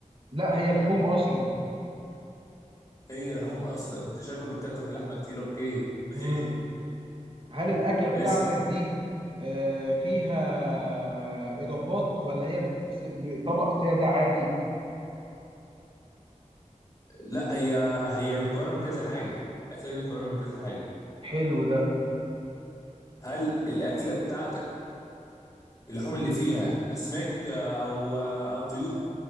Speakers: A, on the right; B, on the left.
A: لا هي لحوم أصلا
B: هي لحوم أصلا أنت شكله بتكتر في اللحمة كتير أوكي <laughs> ماشي
A: مم. هل الأكلة بتاعتك
B: اسأل.
A: دي آه، فيها إضافات ولا هي بت- ب- طبق سادة عادي؟
B: لا هي هي متكونه من كذا حاجه الاكله دي متكونه من كذا حاجه
A: حلو ده
B: هل الاكله بتاعتك اللحوم اللي فيها اسماك آه، او آه، او طيور